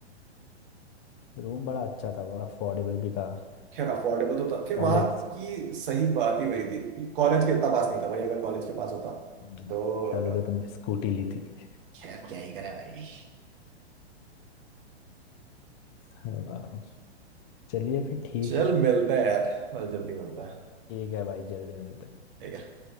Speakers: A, on the left; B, on the right.
A: रूम <laughs> बड़ा अच्छा था वो अफोर्डेबल भी था
B: खैर अफोर्डेबल तो था खैर
A: कॉलेज
B: वहाँ
A: से
B: की सही बात ही वही थी कि कॉलेज के इतना पास नहीं था भाई अगर कॉलेज के पास होता
A: हम्म,
B: तो
A: तभी
B: अ,
A: तो तुमने स्कूटी ली थी <laughs>
B: खैर क्या ही करें भाई
A: हाँ, चलिए फिर ठीक
B: चल
A: है
B: मिलते हैं यार बस जल्दी मिलते हैं
A: ठीक है भाई जल्दी मिलते हैं
B: ठीक है